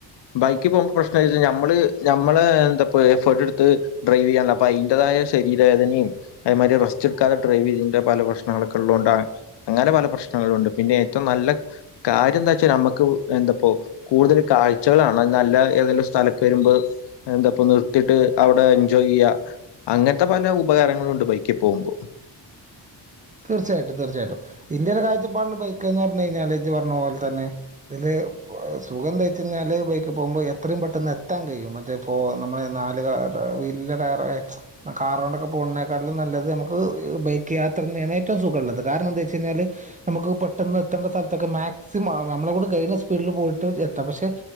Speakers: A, on the left; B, on the right.
A: ബൈക്ക് പോകുമ്പോ പ്രശ്നന്താച്ചാ ഞമ്മള് ഞമ്മളേ എന്താപ്പോ എഫേർട്ട് എടുത്ത് ര് ഡ്രൈവ്വിയ്യാൺലോ അപ്പോ അയ്ന്റതായ ശരീവേദനീം അതേമാരി റസ്റ്റ്ട്ക്കാതെക്കെ ഡ്രൈവീതിന്റെ പല പ്രശ്നങ്ങളു ഒക്കെള്ളോണ്ടാണ്. അങ്ങനെ പല പ്രശ്നങ്ങളും ഉണ്ട്. പിന്നെ ഏറ്റവും നല്ല കാര്യം എന്താച്ചാനമ്മക്ക് എന്താപ്പോ കൂടുതൽ കാഴ്ചകളാണ്. നല്ല ഏതെങ്കിലും സ്ഥലക്ക് വെരുമ്പോ എന്താപ്പോ നിർത്തിട്ട് അവിടെ എൻജോയ് ചെയ്യാ അങ്ങൻത്തെ പല ഉപകാരങ്ങളൂണ്ട് ബൈക്കി പോവുമ്പോ
B: <inaudible> തീർച്ചയായിട്ടും തീർച്ചയായിട്ടും. ഇന്റൊരു കായ്ചപ്പാട്ൽ ബൈക്ക്ന്ന് പറഞ്ഞു കയ്ഞ്ഞാല് ഇജ്ജ് പർഞ്ഞ പോൽ തന്നെ ഇതില് പ്പൊ സുഖ എന്ത വെച്ചയ്ഞ്ഞാല് ബൈക്ക് പോകുമ്പോ എത്രയും പെട്ടെന്ന് എത്താൻ കഴിയും മറ്റേ ഇപ്പോ നമ്മളെ നാല് കാ റ് വല്യടയറ കാറോണ്ടൊക്കെ പോവുന്നേനേക്കാട്ടിലും നല്ലത് നമുക്ക് ബൈക്ക് യാ ത്രെന്നേണ് ഏറ്റവും സുഖള്ളത് കാരണംന്താ വെച്ചെയ്ഞ്ഞാൽ നമ്മുക്ക് പെട്ടെന്ന് എത്തേണ്ട സ്ഥലത്തൊക്കെ മാക്സിമം നമ്മളേം കൊണ്ട്ക കെയ്ണ സ്പീഡില് പോയിട്ട് എത്താം. പക്ഷെ